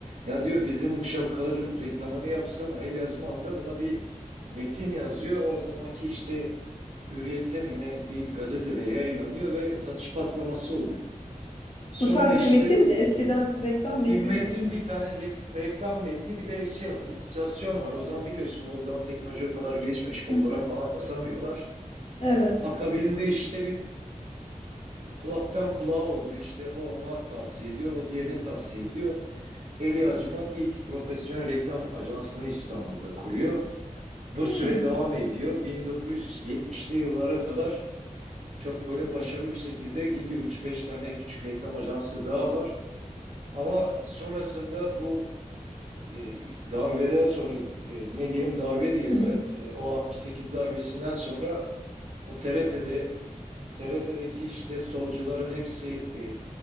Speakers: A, on the right (about 60°); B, on the left (about 45°).
A: Ya diyor bizim bu şapkaların reklamını yapsana. Eli Acıman da buna bir metin yazıyor. O zamanki işte Hürriyet'te mi ne bir gazetede yayınlanıyor ve satış patlaması oluyor. Sonra
B: Bu sadece
A: işte
B: metin mi? Eskiden reklam metindi
A: bir metin
B: o zaman.
A: bir tane rek- reklam metni bir de şey var illüstrasyon var. O zaman biliyorsun o zaman teknoloji o kadar gelişmemiş fotoğraf
B: Hı hı.
A: falan basamıyorlar.
B: Evet.
A: Akabinde işte bir kulaktan kulağa oluyor. işte o ona tavsiye ediyor, o diğerine tavsiye ediyor. Eli Acıman ilk profesyonel reklam ajansını İstanbul'da kuruyor. Bu
B: Hmm.
A: süre devam ediyor. 1970'li yıllara kadar çok böyle başarılı bir şekilde gidiyor. üç beş tane küçük reklam ajansı daha var. Ama sonrasında bu e, darbeden sonra e, ne diyelim darbe diyelim
B: Hı hı.
A: evet e, o 68 darbesinden sonra o TRT'de TRT'deki işte solcuların hepsi e,